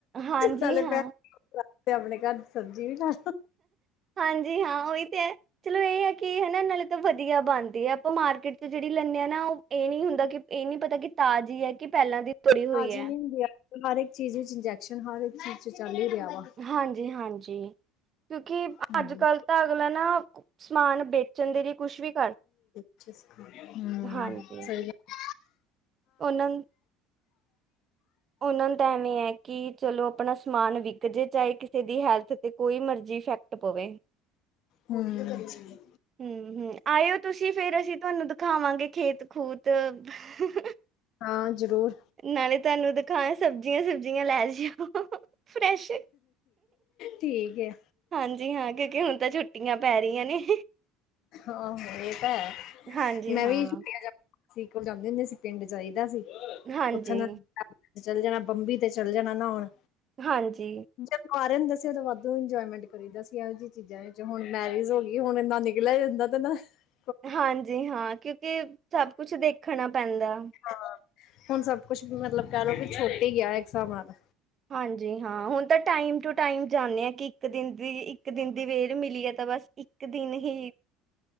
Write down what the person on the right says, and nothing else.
ਹਾਂਜੀ!
ਹਾਂ!
ਹਾਂਜੀ ਹਾਂ ਉਹੀ ਤੇ ਹੈ ਚਲੋ ਇਹ ਏ ਕਿ ਹੈਨਾ ਨਾਲੇ ਤਾਂ ਵਦੀਆ ਬਣਦੀ ਐ ਓ ਮਾਰਕੀਟ ਚ ਜਿਹੜੀ ਲੈਂਨੇ ਆ ਨਾ ਉਹ ਇਹ ਨੀ ਹੁੰਦਾ ਕਿ ਇਹ ਨੀ ਪਤਾ ਕਿ ਤਾਜੀ ਐ ਪਹਿਲਾਂ ਦੀ ਤੁੜੀ
ਹੋਈ ਐ
ਹਾਂਜੀ-ਹਾਂਜੀ ਕਿਉਂਕਿ
ਅੱਜ ਕੱਲ੍ਹ ਤਾਂ ਅਗਲਾ ਨਾ ਸਮਾਨ ਵੇਚਣ ਦੇ ਲਈ ਕੁਛ ਵੀ ਕਰ
ਹਾਂਜੀ
ਉਹਨਾਂ ਨੁੰ ਉਹਨਾਂ ਦਾ ਐਵੇਂ ਈ ਐ ਕਿ ਚਲੋ ਅਪਨਾ ਸਮਾਨ ਵਿਕ ਜੇ ਚਾਹੇ ਕਿਸੇ ਦੀ ਹੈਲਥ ਤੇ ਕੋਈ ਮਰਜ਼ੀ ਇਫੈਕਟ ਪਵੇ
ਹੂੰ -ਹੂੰ ਆਇਓ ਤੁਸੀਂ ਫੇਰ ਅਸੀਂ ਤੁਹਾਨੂੰ ਦਿਖਾਵਾਂਗੇ ਖੇਤ ਖੂਤ <inaudible>
ਨਾਲੇ ਤੁਹਾਨੂੰ ਦਿਖਾਅ ਸਬਜ਼ੀਆਂ ਸੁਬਜ਼ੀਆਂ ਲੈ ਜਿਓ ਫਰੈਸ਼
ਹਾਂਜੀ ਹਾਂ ਕਿਉਂਕਿ ਹੁਣ ਤੇ ਛੁੱਟੀਆਂ ਪੈ ਰਹੀਆਂ ਨੇ
ਹਾਂਜੀ
ਹਾਂ
ਹਾਂਜੀ
ਹਾਂਜੀ!
ਹਾਂਜੀ ਹਾਂ, ਕਿਉਂਕਿ ਸਭ ਕੁਛ ਦੇਖਣਾ ਪੈਂਦਾ
ਹਾਂਜੀ ਹਾਂ! ਹੁਨ ਤਾਂ ਟਾਈਮ ਟੂ ਟਾਈਮ ਜਾਂਨੇ ਆ ਕਿ ਇੱਕ ਦਿਨ ਦੀ ਇੱ ਇੱਕ ਦਿਨ ਦੀ ਵੇਲ ਮਿਲੀ ਏ ਤਾਂ ਬਸ ਇੱਕ ਦਿਨ ਹੀ